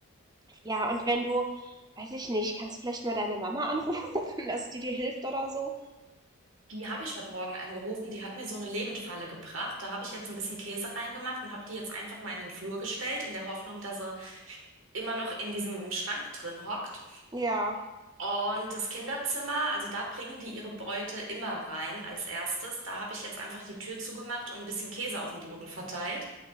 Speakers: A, on the right; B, on the right.
A: Ja, und wenn du weiß ich nicht, kannst vielleicht mal deine Mama anrufen, <laughs> dass die dir hilft oder so?
B: Die habe ich heute Morgen angerufen, die hat mir so eine Lebendfalle gebracht. Da habe ich jetzt ein bisschen Käse reingemacht und habe die jetzt einfach mal in den Flur gestellt, in der Hoffnung, dass sie immer noch in diesem Schrank drin hockt.
A: Ja.
B: Und das Kinderzimmer, also da bringen die ihre Beute immer rein als erstes. Da habe ich jetzt einfach die Tür zugemacht und ein bisschen Käse auf dem Boden verteilt,